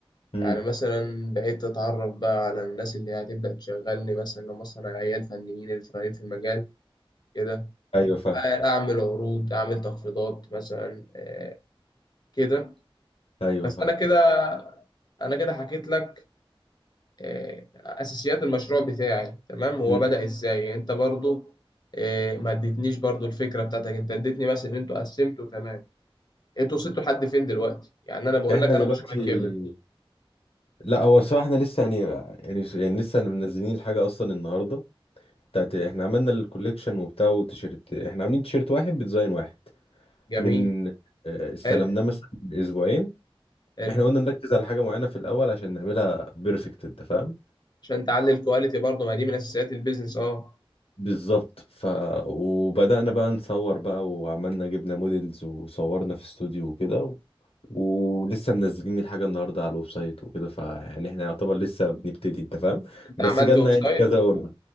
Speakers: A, on the left; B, on the left.
A: امم
B: يعني مثلا بقيت اتعرف بقى على الناس اللي هي هتبدأ تشغلني مثلا لما مثلا عيال فنيين اللي شغالين في المجال كده
A: ايوه فاهم
B: اعمل عروض اعمل تخفيضات مثلا آه، كده
A: ايوه
B: بس
A: فاهم
B: انا كده انا كده حكيت لك آه، اساسيات المشروع بتاعي تمام هو
A: امم
B: بدأ ازاي يعني انت برضو آه، ما اديتنيش برضو الفكره بتاعتك انت اديتني بس ان انتوا قسمتوا تمام انتوا وصلتوا لحد فين دلوقتي؟ يعني انا بقول
A: احنا
B: لك انا
A: دلوقتي
B: مشروعي كبر
A: لا هو الصراحه احنا لسه يعني يعني يعني لسه منزلين الحاجه اصلا النهارده بتاعت احنا عملنا الكوليكشن وبتاع وتيشيرت احنا عاملين تيشيرت واحد بديزاين واحد
B: جميل
A: من آه، استلمناه
B: حلو
A: مثلا من اسبوعين
B: حلو
A: احنا قلنا نركز على حاجه معينه في الاول عشان نعملها بيرفكت انت فاهم
B: عشان تعلي الكواليتي برضه ما دي من اساسيات البيزنس اه
A: بالظبط ف وبدأنا بقى نصور بقى وعملنا جبنا موديلز وصورنا في استوديو وكده و... ولسه منزلين الحاجة النهاردة على الويب سايت وكده فيعني احنا يعتبر لسه بنبتدي انت فاهم
B: انت
A: بس
B: عملت
A: جالنا
B: ويب سايت
A: يعني كذا اوردر